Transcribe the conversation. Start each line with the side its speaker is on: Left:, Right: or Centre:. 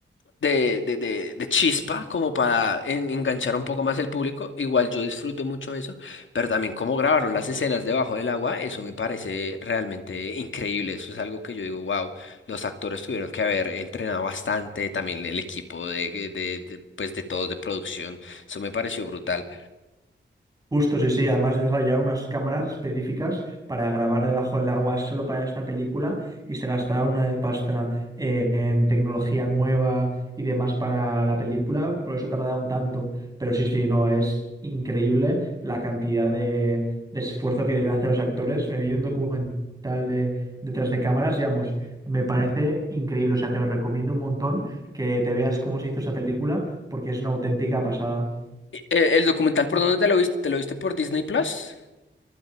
Left: de, de, de, de chispa como para en- enganchar un poco más el público. Igual yo disfruto mucho eso, pero también cómo grabaron las escenas debajo del agua, eso me parece realmente increíble. Eso es algo que yo digo, wow, los actores tuvieron que haber entrenado bastante, también el equipo de, de, de, pues de todos de producción, eso me pareció brutal.
Right: Justo, sí, sí. Además desarrollaron unas cámaras específicas para grabar debajo del agua solo para esta película y se gastaron una de pasta eh, en tecnología nueva y demás para la película, por eso tardaron tanto. Pero sí, sí, no, es increíble la cantidad de, de esfuerzo que deben hacer los actores. Me vi un documental de detrás de cámaras, digamos, me parece increíble. O sea, te lo recomiendo un montón que te veas cómo se hizo esa película porque es una auténtica pasada.
Left: E- ¿El documental por dónde te lo viste? ¿Te lo viste por Disney Plus?